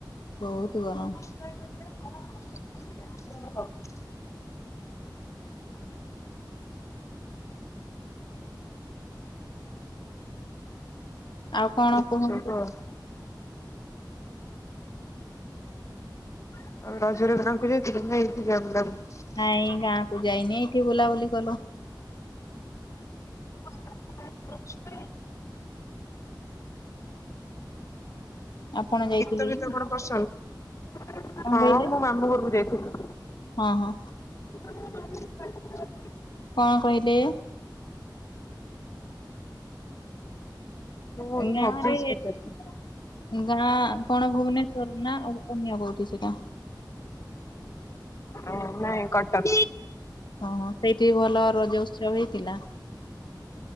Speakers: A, on the left (about 75°); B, on the left (about 40°).
A: ବହୁତ ଗରମ।
B: <inaudible> <unintelligible>
A: ଆଉ କଣ
B: ଏମିତି
A: କୁହନ୍ତୁ?
B: ସବୁ ଆଉ। <unintelligible>
A: ନାଇଁ ଗାଁ କୁ ଯାଇନି ଏଇଠି ବୁଲାବୁଲି କଲୁ।
B: <unintelligible>
A: ଆପଣ ଯାଇଥିଲେ
B: ଗୀତ ଗୀତ
A: କି?
B: କଣ ପସନ୍ଦ
A: କଣ
B: ହଁ
A: କହିଲେ
B: ମୁଁ ମାମୁ ଘୁରକୁ ଯାଇଥିଲି।
A: ହଁ ହଁ।
B: <unintelligible>
A: କଣ କହିଲେ?
B: ମୁଁ
A: ଏଇ ଗାଁ
B: ହବିଷ
A: ରେ
B: ପଚାରୁଥିଲି।
A: ଗାଁ କଣ ଭୁବନେଶ୍ଵର ନା ଅନ୍ୟ କୋଉଠି ସେଟା।
B: ହ ନାଇଁ କଟକ।
A: ଓୋ ସେଇଠି ଭଲ ରଜ ଉତ୍ସବ ହେଇଥିଲା?